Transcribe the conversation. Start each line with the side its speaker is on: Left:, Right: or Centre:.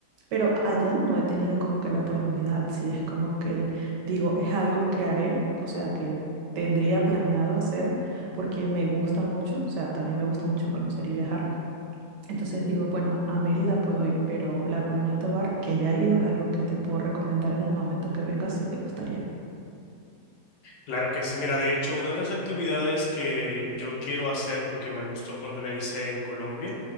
Right: pero allá no he tenido como que la oportunidad, si es como que digo, es algo que haré, o sea, que tendría planeado hacer porque me gusta mucho, o sea, también me gusta mucho conocer y viajar entonces digo, bueno, a Mérida puedo ir, pero la Colonia Tovar, que ya he ido, es algo que te puedo recomendar en el momento que vengas si te gustaría.
Left: Claro que sí, mira, de hecho, una de las actividades que yo quiero hacer porque me gustó cuando la hice en Colombia,